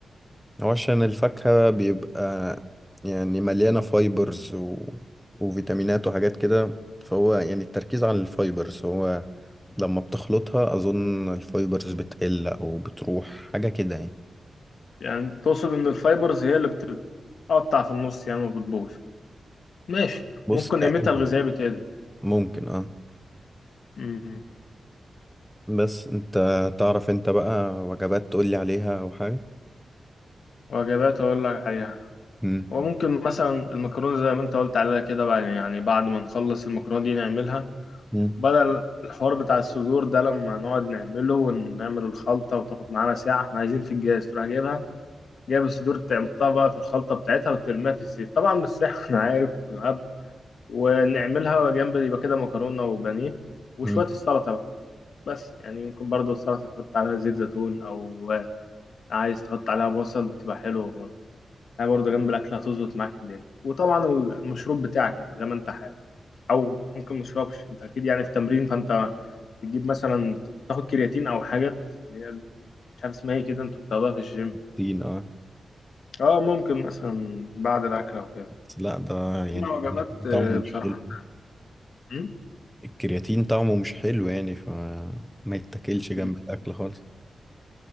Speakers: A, in the centre; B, on the left (about 70°).
A: هو عشان الفاكهة بيبقى يعني مليانة فايبرز و... وفيتامينات وحاجات كده فهو يعني التركيز على الفايبرز هو لما بتخلطها أظن الفايبرز بتقل أو بتروح حاجة كده يعني
B: يعني تقصد ان الفايبرز هي اللي بتتقطع في النص يعني وبتبوظ ماشي
A: بص
B: ممكن
A: تقريبا
B: قيمتها الغذائيه بتقل
A: ممكن اه
B: مم.
A: بس انت تعرف انت بقى وجبات تقولي عليها أو حاجة
B: وجبات اقول لك عليها
A: مم.
B: وممكن مثلا المكرونة زي ما انت قلت عليها كده بقى يعني بعد ما نخلص المكرونة دي نعملها
A: مم.
B: وبدل الحوار بتاع الصدور ده لما نقعد نعمله ونعمل الخلطة وتاخد معانا ساعة احنا عايزين في الجاز تروح جايبها جايب الصدور تعمطها بقى في الخلطة بتاعتها وترميها في الزيت طبعا مش ساحة <laughs> انا عارف ويعب ونعملها جنب يبقى كده مكرونة وبانيه وشوية
A: مم.
B: السلطة بقى بس يعني ممكن برضو السلطة تحط عليها زيت زيتون أو عايز تحط عليها بصل بتبقى حلوة برضه هي برضه جنب الأكل هتظبط معاك الدنيا وطبعا المشروب بتاعك يعني زي ما أنت حابب أو ممكن مشربش أنت أكيد يعني في تمرين فأنت بتجيب مثلا بتاخد كرياتين أو حاجات اللي هي مش عارف اسمها ايه كده انتوا بتاخدوها في الجيم
A: كرياتين اه
B: اه ممكن مثلا بعد الاكل او كده
A: بس لا ده يعني
B: اما الوجبات
A: الكرياتين
B: آه،
A: طعمه
B: بصراحه
A: مش حلو
B: انت مم؟
A: الكرياتين طعمه مش حلو يعني فما يتاكلش
B: أكيد.
A: جنب الأكل خالص